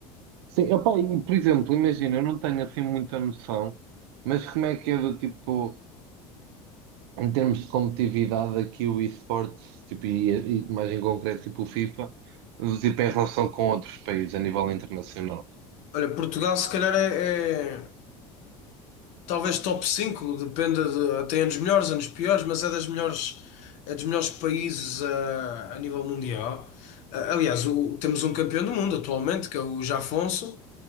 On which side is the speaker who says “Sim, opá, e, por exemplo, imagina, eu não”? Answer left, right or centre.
Right